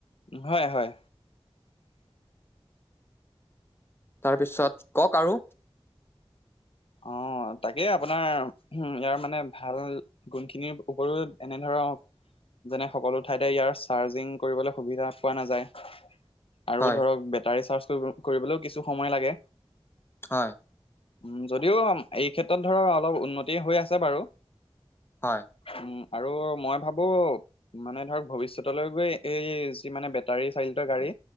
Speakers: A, on the left; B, on the left.
A: হয় হয়।
B: তাৰপিছত কওক আৰু
A: অ তাকে আপোনাৰ উ ইয়াৰ মানে ভাল গুণ খিনিৰ ওপৰিও এনেধৰৰ। যেনে সকলো ঠাইতে ইয়াৰ চাৰ্জিং কৰিবলৈ সুবিধা পোৱা নাযায় আৰু
B: হয়
A: ধৰক বেটাৰী চাৰ্জ কৰিবলৈও কিছু সময় লাগে
B: হয়
A: উম যদিও এই ক্ষেত্ৰত ধৰ অলপ উন্নতি হৈ আছে বাৰু
B: হয়
A: উম আৰু মই ভাবো মানে ধৰক ভৱিষ্যতলৈ গৈ এই যি মানে বেটাৰী চালিত গাড়ী